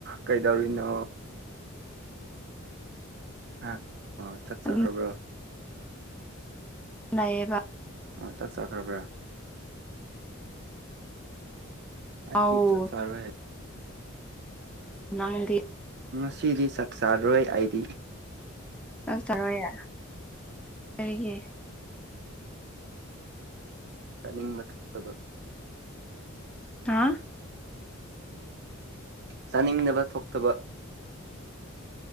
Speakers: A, on the right (about 55°); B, in the centre.
A: ꯀꯩꯗꯧꯔꯤꯅꯣ ꯍ ꯍ ꯆꯠ ꯆ
B: ꯑꯗꯨꯝ
A: ꯈꯔꯒꯣ
B: ꯅꯌꯦ
A: ꯑꯣ ꯆꯠ ꯆꯈ꯭ꯔꯕ꯭ꯔꯥ ꯥꯏ
B: ꯑꯧ
A: ꯆꯠ ꯆꯔꯋ
B: ꯅꯪꯗꯤ
A: ꯉꯁꯤꯗꯤ ꯆꯥꯛ ꯆꯥꯔꯣꯏ ꯑꯩꯗꯤ
B: ꯂꯥꯛꯆꯔꯣꯏꯌꯦꯦ ꯀꯔꯤꯒꯤ
A: ꯆꯥꯅꯤꯡꯕ ꯊꯣꯛꯇꯕ
B: ꯍꯥꯥ
A: ꯆꯥꯅꯤꯡꯅꯕ ꯊꯣꯛꯇꯕ